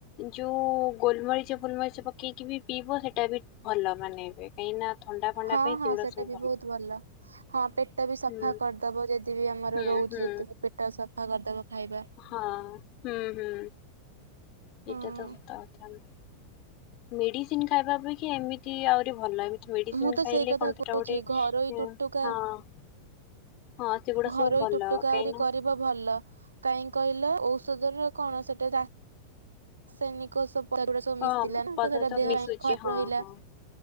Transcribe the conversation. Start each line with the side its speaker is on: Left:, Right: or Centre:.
Left: ଯୋଉ ଗୋଲମରିଚ ଫୁଲମରିଚ ପକେଇକି ବି ପିଇବ ସେଇଟା ବି ଭଲ ମାନେ ଏବେ କାହିଁକି ନା ଥଣ୍ଡା ଫଣ୍ଡା
Right: ହଁ
Left: ପାଇଁ ସେଗୁଡା
Right: ହଁ ସେଟା
Left: ସବୁ
Right: ବି ବହୁତ ଭଲ ହଁ ପେଟ ବି ସଫା
Left: ହୁଁ
Right: କରି ଦବ ଯଦି ବିି ଆମର
Left: ହୁଁ
Right: ରହୁଛି
Left: ହୁଁ
Right: ଯେତିକି ପେଟ ସଫା କରିଦବ ଖାଇବା।
Left: ହଁ ହୁଁ ହୁଁ
Right: ହଁ
Left: ଏଟ ସତ କଥା। ମେଡିସିନ ଖାଇବା ଅପେକ୍ଷ ଏମିତି ଆହୁରି ଭଲ। ମେଡିସିନ୍
Right: ମୁଁ ତ
Left: ଖାଇଲେ
Right: ସେଇ କଥା
Left: କଣ
Right: କହୁଛି
Left: ଦି ଟା ଗୋଟେ
Right: ଘରୋଇ
Left: ହୁଁ
Right: ଟୁଟୁକା
Left: ହଁ। ହଁ ସେଗୁଡା
Right: ଘରୋଇ
Left: ସବୁ ଭଲ
Right: ଟୁଟୁକା
Left: କାହିଁ
Right: ଆହୁରି
Left: ନା
Right: କରିବ ଭଲ କାଇହିଁ କହିଲ ଔଷଧରେ କଣ ସେଟା ରା ରାସାୟନିକ ସବ୍ ପ
Left: କଣ
Right: ମିଶିଥିଲା ନା
Left: ପଦାର୍ଥ
Right: ତ ସେଇଟା ଦେହ
Left: ମିଶୁଛି
Right: ପାଇଁ ଖରା
Left: ହଁ
Right: ରହିଲା।
Left: ହଁ